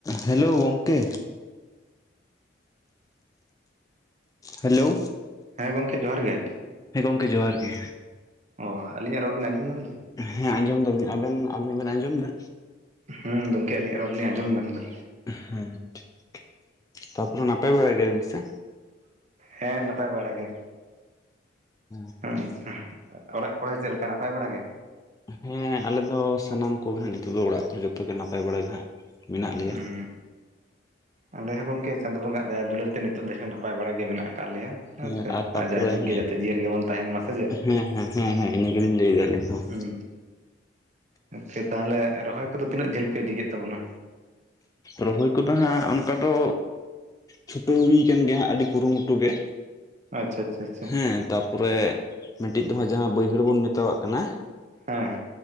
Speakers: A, on the left; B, on the right.
A: Hello ᱜᱚᱝᱠᱮ᱾ Hello.
B: ᱦᱮᱸ ᱜᱚᱝᱠᱮ ᱡᱚᱦᱟᱨ ᱜᱮ᱾
A: ᱦᱮᱸ ᱜᱚᱝᱠᱮ ᱡᱚᱦᱟᱨ ᱜᱮ᱾
B: ᱚᱻ ᱟᱹᱞᱤᱧᱟᱜ ᱨᱚᱲ ᱵᱮᱱ ᱟᱸᱡᱚᱢ ᱧᱟᱢ ᱮᱫᱟ?
A: ᱦᱮᱸ ᱟᱸᱡᱚᱢ ᱫᱟᱹᱧ, ᱟᱵᱮᱱ ᱟᱵᱤᱱᱟᱜ ᱵᱮᱱ ᱟᱸᱡᱚᱢ ᱮᱫᱟ?
B: ᱦᱩᱸ ᱜᱚᱝᱠᱮ ᱟ ᱟᱹᱞᱤᱧᱟᱜ ᱨᱚᱲ ᱞᱤᱧ ᱟᱸᱡᱚᱢ ᱧᱟᱢ ᱮᱫᱟ᱾
A: ᱦᱮᱸ ᱴᱷᱤᱠ ᱛᱟᱯᱚᱨᱮ ᱱᱟᱯᱟᱭ ᱵᱟᱲᱟ ᱜᱮᱭᱟᱵᱤᱱ ᱥᱮ?
B: ᱦᱮᱸ ᱱᱟᱯᱟᱭ ᱵᱟᱲᱟ ᱜᱮ᱾
A: ᱦᱩᱸ᱾
B: <unintelligible> ᱚᱲᱟᱜ ᱠᱚᱨᱮ ᱪᱮᱫ ᱞᱮᱠᱟ ᱱᱟᱯᱟᱭ ᱵᱟᱲᱟ ᱜᱮ?
A: ᱦᱮᱸ ᱟᱞᱮ ᱫᱚ ᱥᱟᱱᱟᱢ ᱠᱚᱜᱮ ᱦᱟᱸᱜ ᱱᱤᱛᱚᱜ ᱫᱚ ᱚᱲᱟᱜ ᱠᱚ ᱡᱚᱛᱚᱜᱮ ᱱᱟᱯᱟᱭ ᱵᱟᱲᱟ ᱜᱮ ᱦᱟᱸᱜ ᱢᱮᱱᱟᱜ ᱞᱮᱭᱟ᱾
B: ᱦᱩᱸ ᱟᱞᱮ ᱦᱚᱸ ᱜᱚᱝᱠᱮ ᱪᱟᱸᱫ ᱵᱚᱸᱜ ᱫᱟᱭᱟ ᱫᱩᱞᱟᱹᱲ ᱛᱮ ᱱᱤᱛᱚᱜ ᱫᱚ ᱦᱚᱸ ᱱᱟᱯᱟᱭ ᱵᱟᱲᱟᱜ ᱜᱮ ᱢᱮᱱᱟᱜ ᱟᱠᱟᱫ ᱞᱮᱭᱟ᱾
A: ᱦᱮᱸ
B: ᱥᱮ
A: ᱟᱨ ᱛᱟᱯᱚᱨᱮ
B: ᱡᱟᱭᱡᱩᱜᱽ
A: ᱦᱮᱸ
B: ᱜᱮ ᱡᱟᱛᱮ ᱡᱤᱭᱟᱹᱲ ᱜᱮᱵᱚᱱ ᱛᱟᱦᱮᱱ ᱢᱟ ᱥᱮ ᱪᱮᱫ
A: ᱦᱮᱸ ᱦᱮᱸ ᱦᱮᱸ ᱦᱮᱸ ᱤᱱᱟᱹ ᱜᱮᱞᱤᱧ ᱞᱟᱹᱭᱫᱟ ᱟᱹᱞᱤᱧ ᱦᱚᱸ᱾
B: ᱦᱩᱸ ᱟᱪᱪᱷᱟ ᱛᱟᱦᱚᱞᱮ ᱨᱚᱦᱚᱭ ᱠᱚᱫᱚ ᱛᱤᱱᱟᱹᱜ ᱡᱷᱟᱹᱞ ᱯᱮ ᱤᱫᱤ ᱠᱮᱫᱮᱫ ᱛᱟᱵᱚᱱᱟ?
A: ᱨᱚᱦᱚᱭ ᱠᱚᱫᱚ ᱦᱟᱸᱜ ᱚᱱᱠᱟ ᱫᱚ ᱪᱷᱩᱴᱟᱹᱣ ᱦᱩᱭᱠᱟᱱ ᱜᱮᱭᱟ ᱦᱟᱸᱜ ᱟᱹᱰᱤ ᱠᱩᱨᱩᱢᱩᱴᱩ ᱜᱮ᱾
B: ᱟᱪᱷᱟ ᱪᱪᱷᱟ ᱪᱷᱟ᱾
A: ᱦᱮᱸ ᱛᱟᱯᱚᱨᱮ ᱢᱤᱫᱴᱤᱡ ᱫᱚ ᱦᱟᱸᱜ ᱡᱟᱦᱟᱸ ᱵᱟᱹᱭᱦᱟᱹᱲ ᱵᱚᱱ ᱢᱮᱛᱟᱣᱟᱜ ᱠᱟᱱᱟ᱾
B: ᱦᱮᱸ ᱾